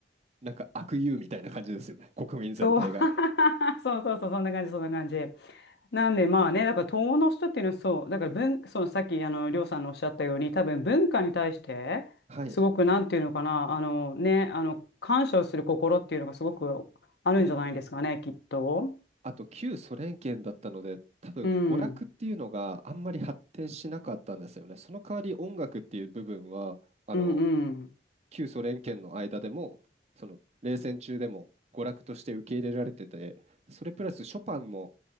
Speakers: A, on the right; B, on the left.
A: なんか悪友みたいな感じですよね、国民全体が。
B: そう。<laughs> そうそうそう、そんな感じ、そんな感じ。なんでまあね、だから東欧の人っていうのはそう、だから文、そのさっきあの、りょうさんのおっしゃったように、多分文化に対して、
A: はい。
B: すごくなんていうのかな、あのね、あの、感謝をする心っていうのがすごくあるんじゃないですかね、
A: うんうん。
B: きっと。
A: あと、旧ソ連圏だったので、多分娯楽っていうのがあんまり発展しなかったんですよね。
B: うん。
A: その代わり音楽っていう部分は、あの
B: うん
A: 旧ソ連圏の間でも、その冷戦中でも娯楽として受け入れられてて、それプラスショパンも